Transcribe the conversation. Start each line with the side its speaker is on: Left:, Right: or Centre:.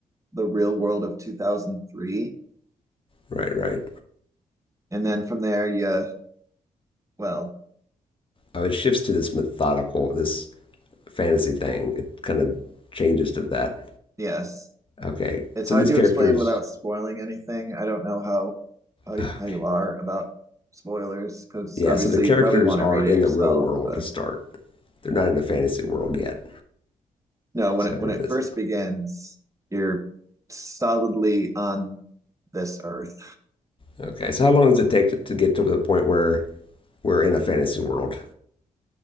Right: the real world of 2003.
Left: right, right.
Right: And then from there, you, well,
Left: Oh, it shifts to this methodical, this fantasy thing. It kind of changes to that.
Right: yes.
Left: Okay,
Right: it's
Left: so
Right: hard
Left: these
Right: to
Left: characters.
Right: explain without spoiling anything. I don't know how how,
Left: Okay.
Right: how you are about spoilers because
Left: Yeah,
Right: obviously
Left: so the characters
Right: you probably want
Left: are
Right: to read
Left: in
Right: it yourself.
Left: the real world
Right: But
Left: to start. They're not in the fantasy world yet.
Right: no, when
Left: Is
Right: it
Left: that
Right: when
Left: what
Right: it
Left: it
Right: first
Left: is?
Right: begins, you're solidly on this earth.
Left: Okay, so how long does it take to, to get to the point where we're in a fantasy world?